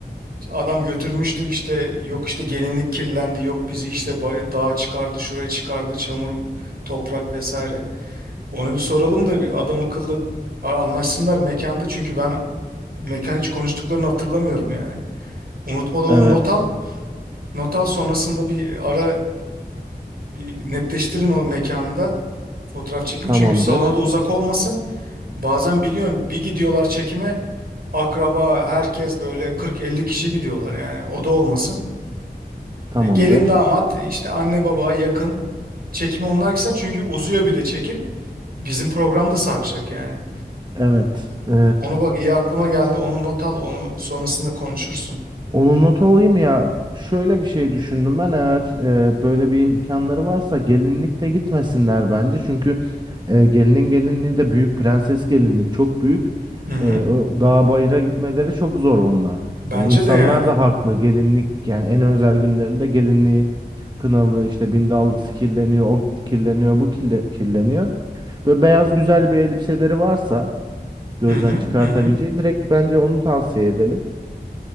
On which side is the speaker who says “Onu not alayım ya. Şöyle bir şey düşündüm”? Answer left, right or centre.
Right